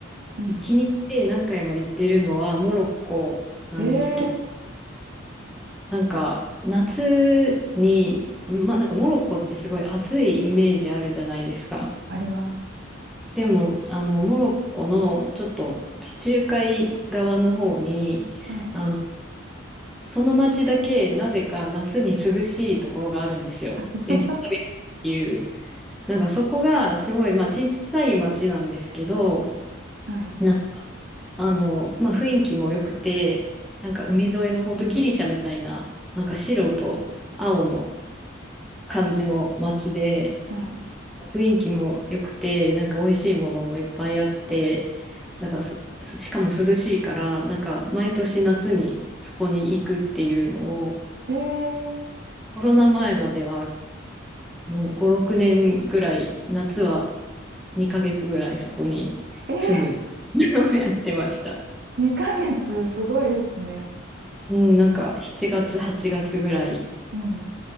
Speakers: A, on the right; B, in the centre.
A: うん。
B: 気に入って何回も行ってるのはモロッコなんですけど、
A: ええー
B: なんか、夏に、まあ、なんかモロッコってすごい暑いイメージあるじゃないですか。
A: あります。
B: でも、あの、モロッコのちょっと地中海側の方に、
A: はい。
B: あの、その町だけなぜか夏に涼しいところがあるんですよ。
A: <laughs>
B: エスタビっていう。なんかそこがすごい、まあ小さい町なんですけど、
A: はい。
B: なんかあの、まあ雰囲気も良くて、なんか海沿いの本当ギリシャみたいな、なんか白と青の感じの町で、
A: はい。
B: 雰囲気も良くて、なんか美味しいものもいっぱいあって、なんからす、しかも涼しいから、なんか毎年夏にそこに行くっていうのを、
A: ええ
B: コロナ前まではもう5、6年ぐらい夏は2ヶ月ぐらいそこに住むのをやってました。
A: ええ2ヶ月、すごいですね。
B: うん、なんか7月、8月ぐらい、
A: うん。